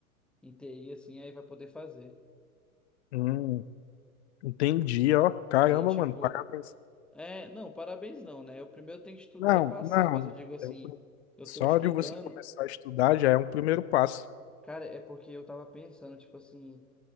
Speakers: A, in the centre; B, on the left (about 50°).
A: em TI, assim, aí vai poder fazer.
B: Hum, entendi, ó. Caramba,
A: Aí, tipo,
B: mano. Parabéns.
A: é, não, parabéns não, né? Eu primeiro tenho que estudar
B: Não,
A: e passar,
B: não.
A: mas eu digo assim,
B: é o pri-
A: eu
B: Só
A: tô estudando,
B: de você começar a estudar já é um primeiro passo.
A: cara, é porque eu tava pensando, tipo assim.